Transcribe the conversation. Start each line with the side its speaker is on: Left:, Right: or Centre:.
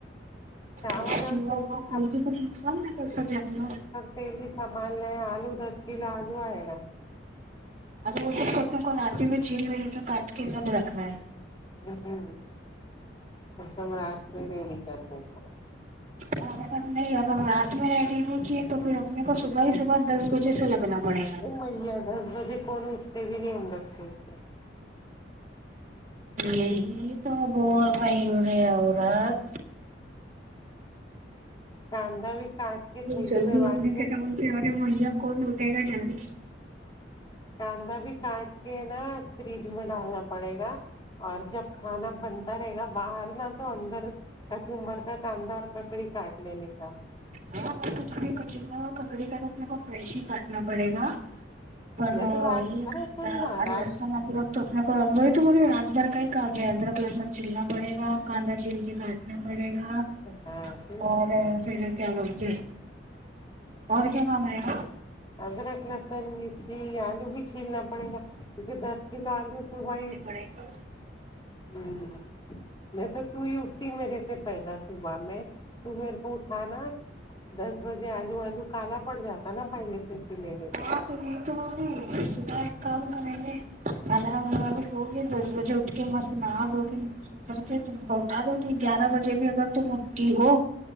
Left: چاول
Right: <unintelligible>
Left: اور تیلی
Right: کوئی بھی کچھ نقصان نہ کر سکے اپنا
Left: پیلی سامان آلو دس کلو آلو اے گا
Right: ا <unintelligible> وہ اپنے کو رات میں چھیل ول کے کاٹ کے سبھ رکھنا ہے
Left: ہوں ہوں ہم سب رات کو ہی ریڈی کرلینگے
Right: اور اگر نہیں اگر رات میں ریڈی نہیں کیے تو پھر اپنے کو صبح ہی صبح دس بجے سے لگنا پڑے گا
Left: او مئیا دس بجے کون اٹھتے بھی نہیں ہم لوگ سوکے
Right: یہی تو بول رہی ہوں رے عورت
Left: کاندہ بھی کاٹ کے
Right: ب
Left: تھیلی
Right: جلدی
Left: میں باندھ
Right: اٹھنے کے نام سے ارے مہیا کون اٹھے گا جلدی
Left: کاندا بھی کاٹ کے نا فریج میں ڈالنا پڑے گا اور جب کھانا بنتا رہے گا باہر نہ تو اندر کچمبر کا کاندا اور ککڑی کاٹ لینے کا
Right: ہاں تو کبھی کچمبر اور ککڑی کا تو اپنے کو فریش ہی کاٹنا پڑے گا پر
Left: میں تو رات
Right: یہ
Left: ارے
Right: کندہ
Left: سن نا
Right: اور
Left: رات
Right: لہسن ادرک تو اپنے کو وہی تو بول رہی ہوں رات بھر کا ہی کام رہیگا ادرک لسن چلنا پڑے گا کاندا چھیل کے کاٹنا پڑے گا
Left: ہاں پھر
Right: اور پھر کیا بول کے اور کیا کام رہے گا
Left: ادرک لسن مرچی آلو بھی چھیلنا پڑے گا کیونکہ دس کلو آلو صبح ہی
Right: پڑھیںگے
Left: ہوں نہیں تو تو ہی اٹھتی میرے سے پہلا صبح میں تو میرے کو اٹھا نا دس بجے آلو آلو کالا پڑ جاتا نا پہلے سے چھیلیں گے تو
Right: ہاں تو یہ تمہاری سیدھا ایک کام کرے گے الرام لگ کے میں سو یہ دس بجے اٹھ کے مست نہا دو کے نیچے کر کے تم کو اٹھا دوں گی گیارہ بجے بھی اگر تم اٹھتی ہو